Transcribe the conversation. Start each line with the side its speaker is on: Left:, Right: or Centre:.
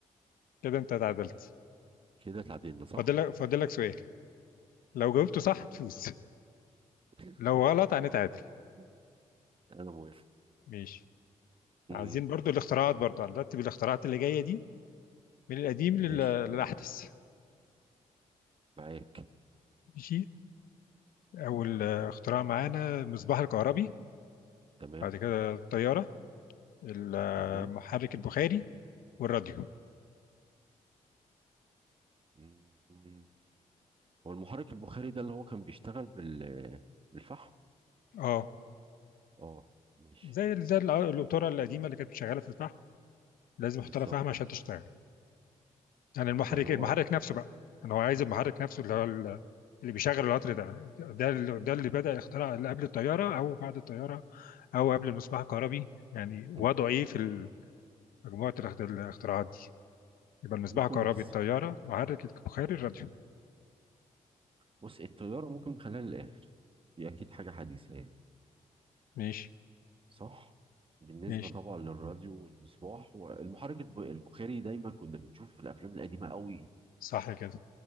Left: كده انت تعادلت
Right: كده اتعدلنا صح؟
Left: فاضل لك فاضل لك سؤال لو جاوبته صح تفوز
Right: <laughs>
Left: لو غلط هنتعادل
Right: مم. أنا موافق
Left: ماشي
Right: مم.
Left: عايزين برضو الاختراعات برضو هنرتب الاختراعات اللي جايه دي من القديم لل...
Right: ماشي
Left: للاحدث
Right: معاك
Left: ماشي اول اختراع معانا المصباح الكهربي
Right: تمام
Left: بعد كده الطياره المحرك
Right: تمام
Left: البخاري والراديو
Right: مم. هو المحرك البخاري ده اللي هو كان بيشتغل بال بالفحم
Left: اه
Right: اه ماشي
Left: زي زي الع- القطوره القديمه اللي كانت شغاله في الفحم لازم احط
Right: بالظبط
Left: لها فحم عشان
Right: اه
Left: تشتغل يعني
Right: آه،
Left: المحرك
Right: ده اللي هو
Left: المحرك نفسه بقى انا هو عايز المحرك نفسه اللي هو ال- اللي بيشغل القطر ده ده اللي- ده اللي بدأ يخترع اللي قبل الطياره او بعد الطياره او قبل المصباح الكهربي يعني وضعه
Right: مم.
Left: ايه في ال- مجموعه الاخت- الاختراعات دي يبقى المصباح
Right: ممكن
Left: الكهربي
Right: نفس
Left: الطياره محرك البخاري الراديو
Right: بص الطيارة ممكن نخليها للآخر دي أكيد حاجة حديثة يعني
Left: ماشي
Right: صح بالنسبة
Left: ماشي
Right: طبعا للراديو والمصباح والمحرك الب- البخاري دايما كنا بنشوف في الأفلام القديمة قوي
Left: صح كده